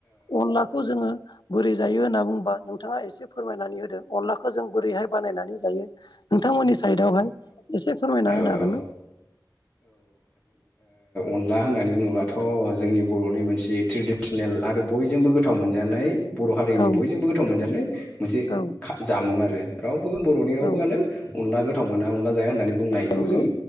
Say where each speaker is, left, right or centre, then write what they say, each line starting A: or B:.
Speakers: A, on the left (about 70°); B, on the left (about 20°).
A: अनलाखौ जोङो बोरै जायो होनना बुंबा। थाङा एसे फोरमायनानै होदो अनलाखौ जों बोरैहाय बानायनानै जायो। थांमोननि साइडआवहाय एसे फोरमायना होनो
B: औ
A: हागोन
B: औ
A: ना।
B: ला होननानै बुङोबाथ' जोंनि बर'नि मोनसे ट्रेडिसनेल आरो बयजोंबो गोथाव मोनजानाय। बर' हारिनि
A: औ
B: बयजोंबो गोथाव मोनजानाय मोनसे
A: औ
B: खा जामुं आरो रावबो बर'नि रावबोआनो
A: औ
B: अनला गोथाव। थाव मोना अनला जाया होननानै बुंनायखौ
A: नंगौ
B: जों।